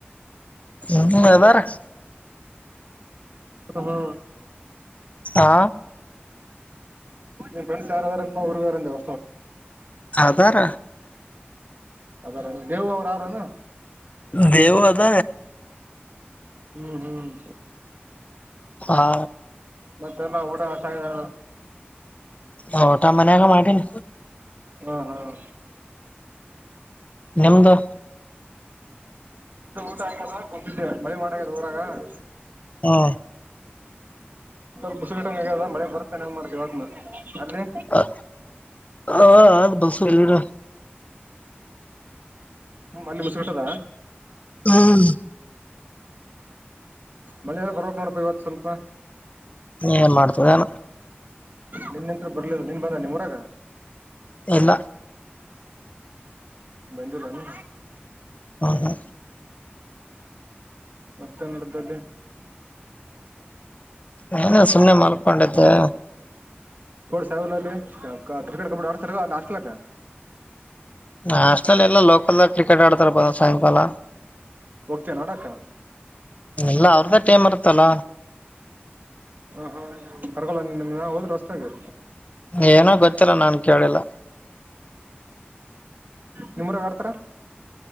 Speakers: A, on the left; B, on the right.
A: ಹ್ಮ ಯದಾರ
B: ಹ್ಮ್
A: ಹಾ
B: ನಿನ್ ಫ್ರೆಂಡ್ಸ್ ಯಾರಾದಾರಪ್ಪ ಹುರ್ಗ ಯಾರಂದ
A: ಹದಾರ
B: ಅದಾರ ದೇವು ಅವ್ರ ಯಾರನು
A: ದೇವ ಅದ
B: ಹ್ಮ್ ಹ್ಮ್
A: ಹಾ
B: ಮತ್ತೆಲ್ಲ ಊಟ ಹೊಸಲ್ಲ
A: ಹೊಟಾ ಮನ್ಯಾಗ ಮಾಡ್ತನ
B: ಹ್ಮ್ ಹ್ಮ್
A: ನಿಮ್ದು
B: ಊಟಾ ಆಗೆದಾ ಬಂದಿದೆ ಮಳಿ ಮನೆಗಂಡ್ ಆಗಾದಾಉರಾಗ
A: ಹಾ
B: ಸ್ವಲ್ಪ ಮುಸಗಿಟಂಗ ಆಗದ ಮಳೆ ಬರ್ತದ ಹೆಂಗ್ ಮಾಡ್ತದ ಇವತ್ನ ಅಲ್ಲಿ
A: ಹ ಹ ಆದ್ ಬಸರಿ ಗಿಡ
B: ಅಲ್ಲಿ ಮುಸ್ಕಟ್ಟದ
A: ಹ್ಮ
B: ಮಳಲ್ಲ ಬರಬೇಕು ನೋಡಪ್ಪ ಇವತ್ತು ಸ್ವಲ್ಪ
A: ಹೆನ್ ಮಾಡ್ತದಾನ
B: ನಿನ್ನೆ ಅಂತರ ಬರ್ಲಿಲ್ಲ ನೀನ್ ಬಂದದ ನಿಮ್ಮರಗ
A: ಇಲ್ಲ ಇಲ್ಲ
B: ಬಂದಿಲ್ಲ ನು
A: ಹಾ ಹಾ
B: ಮತ್ತೇನ್ ನಡ್ದಲ್ಲೆ
A: ಏನ ಸುಮ್ನೆ ಮಲ್ಕೊಂಡಿದ್ದೆ
B: ಗ್ರೌಂಡ್ ಸಣ್ಣದಲ್ಆ ಕ್ರಿಕೆಟ್ ಕಬಡ್ಡಿಆಡುದ್ರಲ್ಲ ಹಾಸ್ಟೆಲ್ದಾಗ
A: ನಾ ಹಾಷ್ಟೇಲ್ ಈಲ್ಲ ಲೋಕಲದಾಗ ಕ್ರಿಕೆಟ್ ಆಡ್ತಾರಪ್ಪ ಸಾಯಂಕಾಲ
B: ಹೋಗ್ತೀಯೇನ್ ಆಡಾಕ
A: ಇಲ್ಲ ಅವ್ರ್ದ ಟಿಮ್ ಇರುತ್ತಲ್ಲ
B: ಹ ಹ ಕರ್ಕೊಲ್ಲ ನಿನ್ನ ಹೋದ್ರು ಹೊಸದಾಗಿ
A: ಏನೋ ಗೊತ್ತಿಲ್ಲ ನಾನ್ ಕೇಳಿಲ್ಲ
B: ನಿಮ್ಮ್ ಊರಗ ಆಡ್ತಾರ